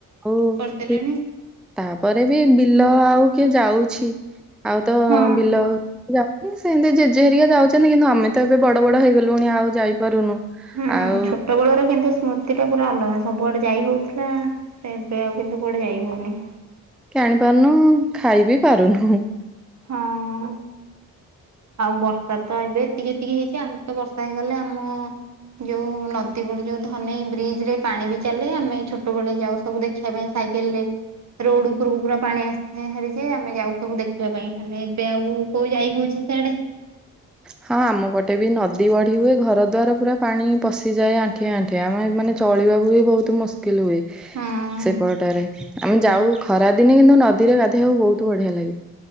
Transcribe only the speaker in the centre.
ଆଉ
ଏଠି ତାପରେ ବି ବିଲ ଆଉ କିଏ ଯାଉଛି ଆଉ ତ
ବିଲ ହଁ ସେମିତି ଜେଜେ ହେରିକା ଯାଉଛନ୍ତି କିନ୍ତୁ ଆମେ ତ ଏବେ ବଡ ବଡ ହେଇଗଲୁଣି ଆଉ ଯାଇପାରୁନୁ
ଆଉ
ଜାଣି ପାରୁନୁ ଖାଇ ବିି ପାରୁନୁ
ହଁ ଆମ ପଟେ ବି ନଦୀ ବଢି ହୁଏ ଘର ଦ୍ୱାର ପୁରା ପାଣି ପଶିଯାଏ ଆଣ୍ଠ ଆଠିଆଣ୍ଠି ଆମ ମାନେ ଚଳିବାକୁ ବି ବହୁତ ମୁ ସ୍କିଲ ହୁଏ
ସେପଟରେ ଆମେ ଯାଉ ଖରା ଦିନେ କିନ୍ତୁ ନଦୀରେ ଗାଧେଇବାକୁ ବହୁତ ବଢିଆ ଲାଗେ